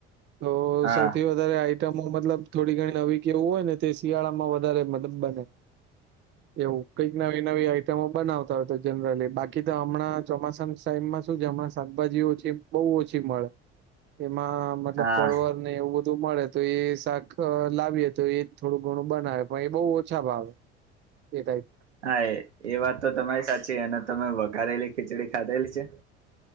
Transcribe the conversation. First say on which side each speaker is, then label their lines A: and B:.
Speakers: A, on the right; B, on the right.
A: તો
B: હા
A: સૌથી વધારે આઈટમો મતલબ થોડી ઘણી નવી કે એવું હોય ને તે શિયાળામાં વધારે મતલબ બને. એવું કંઈક નવી નવી આઈટમો બનાવતા હોય તો જનરલી બાકી તો અમણાં ચોમાસાના ટાઈમમાં શું છે અમણા શાકભાજી ઓછી બોઉ ઓછી મળે એમાં મતલબ
B: હા
A: પરવર ને એવું બધું મળે તો એ શાક લાવીએ તો એ થોડું ઘણું બનાવે પણ એ બોઉ ઓછા ભાવે <unintelligible>
B: હા એ એ વાત તો તમારી સાચી અને તમે વઘારેલી ખીચડી ખાધેલી છે?